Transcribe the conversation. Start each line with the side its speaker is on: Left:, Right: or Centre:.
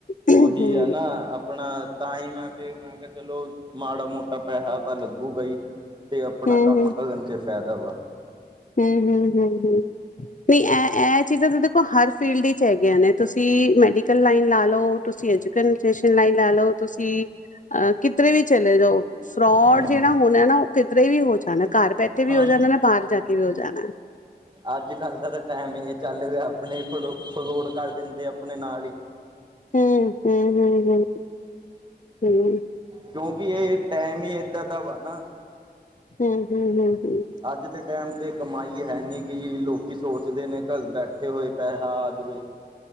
Left: ਹ
Right: ਉਹੀ ਆ ਨਾ ਆਪਣਾ ਤਾਂ ਹੀ ਮੈਂ ਫ ਮੈਂ ਕਿਹਾ ਚਲੋ ਮਾੜਾ ਮੋਟਾ ਪੈਸਾ ਤਾਂ ਲੱਗੂਗਾ ਹੀ ਅਤੇ ਆਪਣਾ
Left: ਹੂੰ,
Right: ਕੰਮ ਕਰਨ 'ਚ ਫਾਇਦਾ ਵਾ।
Left: ਹਮ- ਹਮ- ਹਮ- ਹਮ ਨਹੀਂ ਇਹ, ਇਹ ਚੀਜ਼ਾਂ ਤਾਂ ਦੇਖੋ ਹਰ ਫੀਲਡ ਵਿੱਚ ਹੈਗੀਆਂ ਨੇ ਤੁਸੀਂ ਮੈਡੀਕਲ ਲਾਈਨ ਲਾ ਲਓ, ਤੁਸੀਂ ਕਸੇਸ਼ਨ ਲਾਈਨ ਲਾ ਲਓ ਤੁਸੀਂ ਅਹ ਕਿਧਰੇ ਵੀ ਚਲੇ ਜਾਓ ਫਰੋਡ
Right: ਹੂੰ
Left: ਜਿਹੜਾ ਹੋਣਾ ਨਾ ਉਹ ਕਿਧਰੇ ਵੀ ਹੋ ਜਾਣਾ ਘਰ ਬੈਠੇ ਵੀ
Right: ਹਾਂ
Left: ਹੋ ਜਾਣਾ ਨਾ ਬਾਹਰ ਜਾ ਕੇ ਵੀ ਹੋ ਜਾਣਾ।
Right: ਅੱਜ ਕੱਲ ਦਾ ਤਾਂ ਟਾਈਮ ਹੀ ਚੱਲ ਪਿਆ ਆਪਣੇ ਫੜੋ ਫਰੌਡ ਕਰ ਦਿੰਦੇ ਆਪਣੇ ਨਾਲ ਹੀ
Left: ਹੂੰ ਹੂੰ ਹੂੰ ਹੂੰ ਹੂੰ
Right: ਕਿਉਂਕਿ ਇਹ ਟਾਈਮ ਹੀ ਏਦਾਂ ਦਾ ਵਾ ਨਾ।
Left: ਹਮ -ਹਮ- ਹਮ- ਹਮ
Right: ਅੱਜ ਦੇ ਟਾਈਮ 'ਤੇ ਕਮਾਈ ਹੈ ਨਹੀਂ ਗ ਲੋਕ ਸੋਚਦੇ ਨੇ ਘਰ ਬੈਠੇ ਹੋਏ ਪੈਸਾ ਆ ਜਾਵੇ।